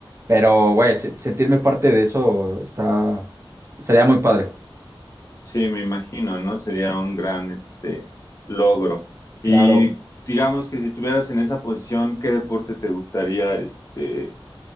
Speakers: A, on the right (about 30°); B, on the left (about 35°).
A: pero, güey, se- sentirme parte de eso está... Sería muy padre.
B: Sí, me imagino, ¿no? Sería un gran este, logro.
A: Claro.
B: Y digamos que si estuvieras en esa posición, ¿qué deporte te gustaría este,